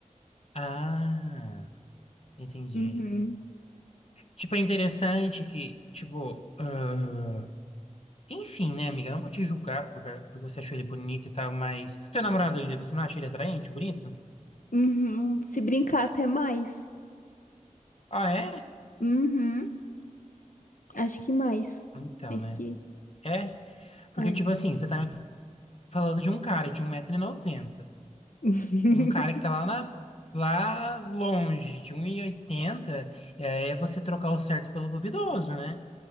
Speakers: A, on the left; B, on the left.
A: Ah, entendi.
B: Uhum.
A: Tipo, é interessante que, tipo, ah, Enfim, né, amiga? Eu não vou te julgar porque, porque você achou ele bonito e tal, mas. Teu namorado, ele- você não acha ele atraente, bonito?
B: Uhum. Se brincar até mais.
A: Ah, é?
B: Uhum. Acho que mais.
A: Então,
B: Mais
A: né?
B: que.
A: É? Porque,
B: Ah.
A: tipo assim, você tá me falando de um cara de um metro e noventa
B: <laughs>
A: com um cara que tá lá, na, lá longe, de 1,80m, e oitenta, e aí é você trocar o certo pelo duvidoso, né?